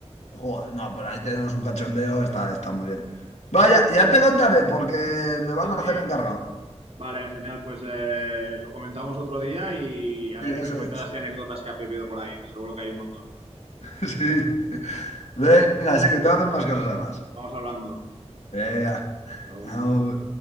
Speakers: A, on the left; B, on the right.
A: Joder, no, pero ahí tenemos un cachondeo, está, está muy bien. Vaya,
B: Sí,
A: ya te contaré porque me van
B: sí. sí.
A: a hacer encargado.
B: Vale, genial. Pues eh, lo comentamos otro día y a
A: Sí,
B: ver,
A: eso
B: y me comentas
A: es.
B: las anécdotas que has vivido por ahí, que seguro que hay un montón.
A: <laughs> Sí. Venga, sí, que te voy a hacer unas cosas además.
B: Vamos hablando.
A: Venga,
B: Chao.
A: agur.